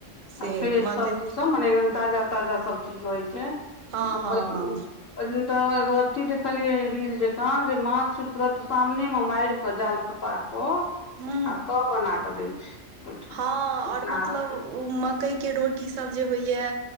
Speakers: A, on the right; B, on the left.
A: से
B: आ फ्रेश
A: मकइ
B: सब्जीसभ मने एकदम ताजा ताजा सभचीज होइ छै
A: हँ
B: ओइ
A: हँ हँ
B: दिन तऽ एगो अथी देखलियै रील जेका जे माछ तुरन्त सामने मे माइर कऽ जाल खसा क
A: हूँ
B: आ तब बना कऽ दै छै ओहिठाम
A: हँ
B: मिथिला
A: ओर मतलब
B: हाट मे
A: मकई के रोटी स सब जे होइया